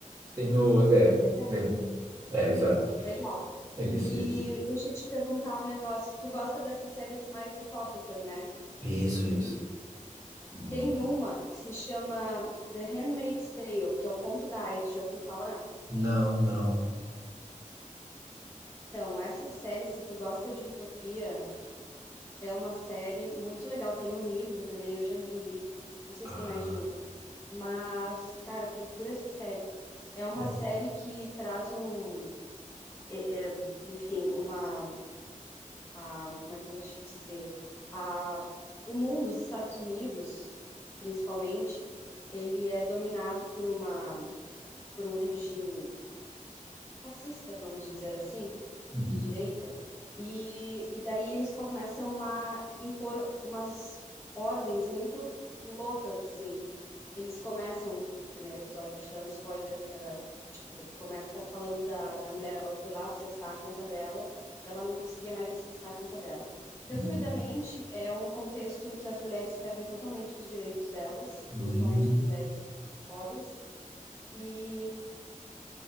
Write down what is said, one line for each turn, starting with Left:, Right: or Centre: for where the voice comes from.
Right: Tem no. É,
Left: Legal,
Right: né? É, exato.
Left: legal.
Right: É
Left: E
Right: isso, é isso.
Left: deixa eu te perguntar um negócio. Tu gosta dessas séries mais utópicas, né?
Right: Isso, isso. Muito.
Left: Tem uma que se chama The Handmaid's Tale, que é o conto da Aya, tu já ouviu falar?
Right: Não, não.
Left: Então, essa série, se tu gosta de utopia, é uma série muito legal. Tem um livro também, eu já li o livro. Não sei
Right: Ah.
Left: se tem mais de um, mas, cara, procura essa série. É uma
Right: é.
Left: série que traz um, é- é, enfim, uma, a- como é que eu vou te dizer? A, o mundo, os Estados Unidos, principalmente, ele é dominado por uma, por um regime fascista, vamos dizer assim,
Right: Hum,
Left: de direita, e, e daí eles começam a impor umas ordens muito loucas, assim. Eles começam, o primeiro episódio, vou te dar um spoiler, uh, tipo, começa falando da, da mulher, ela foi lá acessar a conta dela, e ela não conseguia mais acessar a conta dela. Resumidamente,
Right: hum,
Left: é um contexto em que as mulheres perdem totalmente os direitos delas,
Right: hum.
Left: principalmente as mulheres pobres, e,